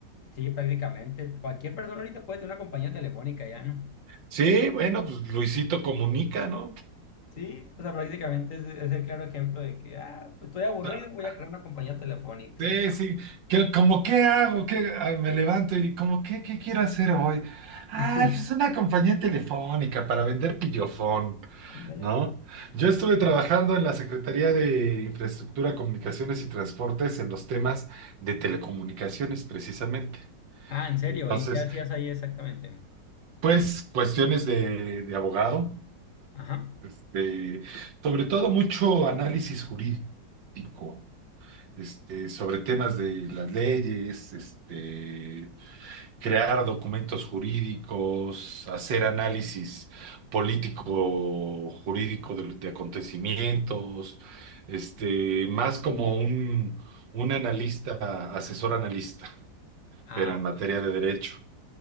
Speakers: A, on the left; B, on the right.
A: Sí, prácticamente. Cualquier persona ahorita puede tener una compañía telefónica ya, ¿no?
B: Sí, bueno, pues Luisito comunica, ¿no?
A: Sí, o sea, prácticamente es, es el claro ejemplo de que, ah, pues estoy aburrido,
B: Ah,
A: voy a crear una compañía telefónica
B: Sí,
A: y
B: sí, que, como qué hago, que me levanto y como qué, qué quiero hacer hoy.
A: <laughs>
B: Ah, pues una compañía telefónica para vender pillofón,
A: ándale.
B: ¿no? Yo estuve trabajando en la Secretaría de Infraestructura, Comunicaciones y Transportes en los temas de telecomunicaciones, precisamente.
A: Ah, ¿en serio?
B: Entonces,
A: ¿Y qué hacías ahí exactamente?
B: pues cuestiones de, de abogado,
A: Ajá.
B: este, sobre todo mucho análisis jurídico, este, sobre temas de las leyes, este crear documentos jurídicos, hacer análisis político jurídico de, de acontecimientos, este, más como un, un analista, asesor analista,
A: Ah,
B: pero en
A: ok.
B: materia de derecho